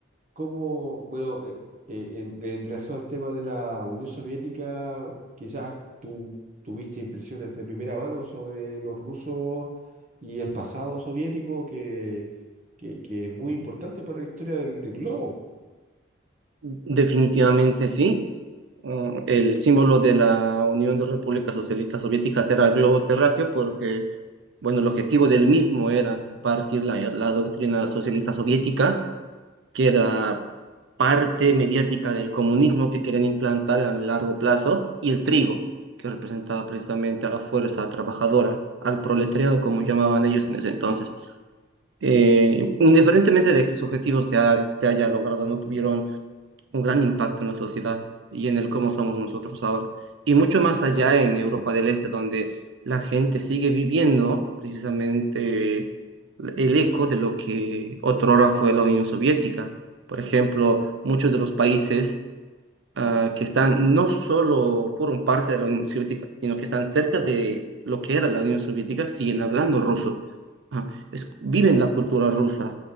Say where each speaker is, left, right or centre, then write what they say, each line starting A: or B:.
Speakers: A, on the right; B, on the right.
A: cómo, bueno, eh, eh, en, en relación al tema de la Unión Soviética, quizás tú tuviste impresiones de primera mano sobre los rusos y el pasado soviético, que, que, que es muy importante para la historia del, del globo.
B: Definitivamente sí. Uh, el símbolo de la Unión de Repúblicas Socialistas Soviéticas era el globo terráqueo porque, bueno, el objetivo del mismo era impartir la, la doctrina socialista soviética, que era parte mediática del comunismo que querían implantar a largo plazo, y el trigo, que representaba precisamente a la fuerza trabajadora, al proletariado, como llamaban ellos en ese entonces. eh, indiferentemente de qué su objetivo se, ha- se haya logrado, no tuvieron un gran impacto en la sociedad y en el cómo somos nosotros ahora. Y mucho más allá en Europa del Este, donde la gente sigue viviendo precisamente el eco de lo que otrora fue la Unión Soviética. Por ejemplo, muchos de los países ah, que están, no solo fueron parte de la Unión Soviética, sino que están cerca de lo que era la Unión Soviética, siguen hablando ruso ah, es- viven la cultura rusa,